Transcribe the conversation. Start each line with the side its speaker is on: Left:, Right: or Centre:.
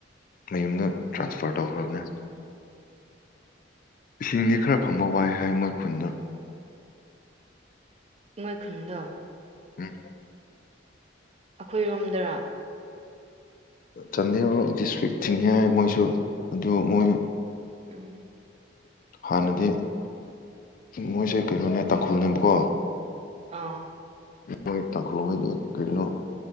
Left: ꯃꯌꯨꯝꯗꯨ ꯇ꯭ꯔꯥꯟꯁꯐꯔ ꯇꯧꯈ꯭ꯔꯕꯅꯦ꯫ ꯏꯁꯤꯡꯗꯤ ꯈꯔ ꯐꯪꯕ ꯋꯥꯏ ꯍꯥꯏ ꯃꯣꯏ ꯈꯨꯟꯗꯣ꯫
Right: ꯃꯣꯏ ꯈꯨꯟꯗꯣ꯫
Left: ꯎꯝ꯫
Right: ꯑꯈꯣꯏꯔꯣꯝꯗꯔꯥ꯫
Left: ꯆꯥꯟꯗꯦꯜ ꯗꯤꯁꯇ꯭ꯔꯤꯛ ꯊꯤꯡꯉꯦ ꯍꯥꯏ ꯃꯣꯏꯁꯨ ꯑꯗꯨ ꯃꯣꯏ
Right: ꯎꯝ꯫
Left: ꯍꯥꯟꯅꯗꯤ ꯃꯣꯏꯁꯦ ꯀꯩꯅꯣꯅꯦ ꯇꯥꯡꯈꯨꯜꯅꯦꯕꯀꯣ
Right: ꯑꯥꯎ
Left: ꯃꯣꯏ ꯇꯥꯡꯈꯨꯜꯍꯣꯏꯗꯣ ꯀꯩꯅꯣ